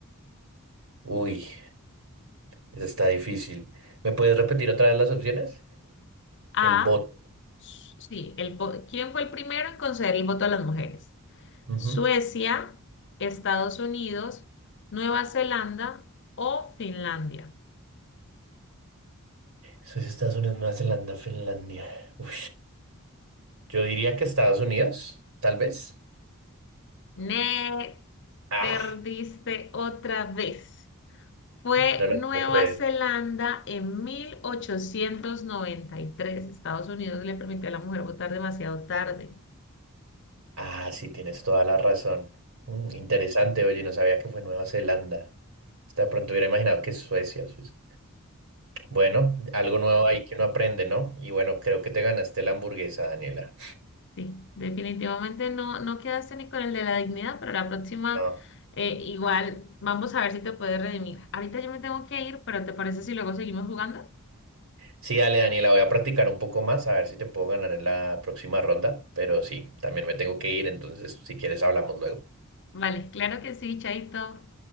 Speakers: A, on the right; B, on the left.
A: Uy, eso está difícil. ¿Me puedes repetir otra vez las opciones?
B: A,
A: El bot.
B: s- sí, el, vo- ¿quién fue el primero en conceder el voto a las mujeres?
A: Ujú.
B: Suecia, Estados Unidos, Nueva Zelanda o Finlandia.
A: Eso es Estados Unidos, Nueva Zelanda, Finlandia. Uy, yo diría que Estados Unidos, tal vez.
B: Me
A: Ah,
B: perdiste otra vez. Fue
A: no lo
B: Nueva
A: puedo creer.
B: Zelanda en 1893. Estados Unidos le permitió a la mujer votar demasiado tarde.
A: Ah, sí, tienes toda la razón. Mm, interesante, oye, no sabía que fue Nueva Zelanda. Hasta de pronto hubiera imaginado que Suecia, Suiza. Bueno, algo nuevo ahí que uno aprende, ¿no? Y bueno, creo que te ganaste la hamburguesa, Daniela.
B: Sí, definitivamente no, no quedaste ni con el de la dignidad, pero la próxima
A: Ah.
B: eh, igual vamos a ver si te puedes redimir. Ahorita yo me tengo que ir, pero ¿te parece si luego seguimos jugando?
A: Sí, dale, Daniela, voy a practicar un poco más, a ver si te puedo ganar en la próxima ronda, pero sí, también me tengo que ir, entonces si quieres hablamos luego.
B: Vale, claro que sí, Chaito.